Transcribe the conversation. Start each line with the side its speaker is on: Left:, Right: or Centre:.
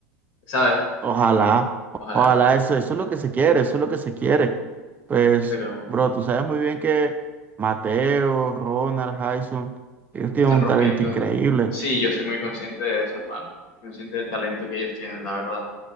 Left: ¿sabes?
Right: Ojalá,
Left: Ojalá,
Right: ojalá,
Left: porque,
Right: eso, eso es lo que se quiere, eso es lo que se quiere. Pues,
Left: pero
Right: bro, tú sabes muy bien que Mateo, Ronald, Jason, ellos
Left: la
Right: tienen
Left: están
Right: un
Left: rompiendo.
Right: talento increíble,
Left: Sí, yo soy muy consciente de eso, hermano. Soy consciente del talento que ellos tienen, la verdad,